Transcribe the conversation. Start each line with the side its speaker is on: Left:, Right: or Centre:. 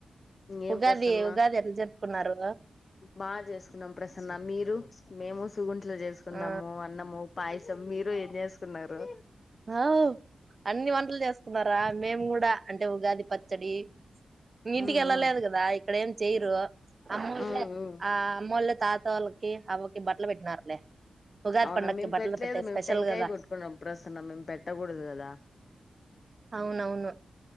Left: ఏం
Right: ఉగాది
Left: ప్రసన్న
Right: ఉగాది ఎట్ల జరుపు కున్నారు.
Left: బాగా చేసుకున్నాం ప్రసన్న మీరు మేము సుగుండలు చేసుకున్నాము
Right: ఆ
Left: అన్నము పాయ సం మీరు ఏం చేసుకున్నారు.
Right: వావ్ అన్ని వంటలు చేసుకున్నారా మేము కూడా అంటే ఉగాది పచ్చడి, ఇంటికి
Left: ఉమ్
Right: ఎళ్లా
Left: ఉమ్
Right: లేదు కదా ఇక్కడేం చేయరు ఆ మూలే
Left: ఉమ్ ఉమ్
Right: ఆ మూల తాత వాళ్ళకి అవ్వకి బట్టలు పెట్టినారులే ఉగాది
Left: అవున
Right: పండక్కి
Left: మేం
Right: బట్టలు
Left: పెట్లేదు
Right: పెట్టే
Left: మేం
Right: స్పెషల్
Left: టెంకాయ
Right: కదా
Left: కొట్టుకున్నాం ప్రసన్న మేం పెట్ పెట్టాకుడదు కదా
Right: అవునవును